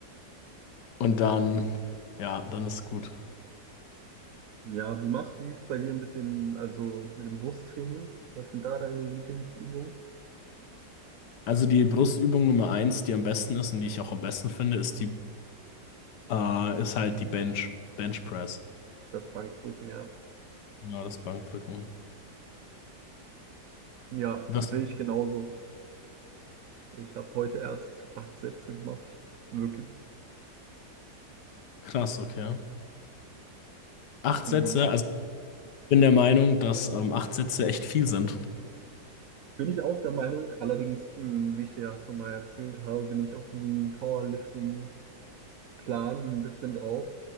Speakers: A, on the left (about 70°); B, on the right (about 60°).
A: Und dann, ja, dann ist gut.
B: ja, wie machst du es bei dir mit dem, also mit dem Brusttraining? Was sind da deine Lieblingsübungen?
A: Also die Brustübung Nummer eins, die am besten ist und die ich auch am besten finde, ist die äh, ist halt die Bench, Bench Press.
B: Das Bankdrücken, ja.
A: Genau, das Bankdrücken.
B: Ja,
A: Was?
B: sehe ich genauso. Ich habe heute erst acht Sätze gemacht. Wirklich.
A: Krass, okay. Acht
B: Mhm.
A: Sätze, also ich bin der Meinung, dass ähm, acht Sätze echt viel sind.
B: Bin ich auch der Meinung, allerdings, mh, wie ich dir ja schon mal erzählt habe, bin ich auf diesem Powerlifting-Plan ein bisschen drauf,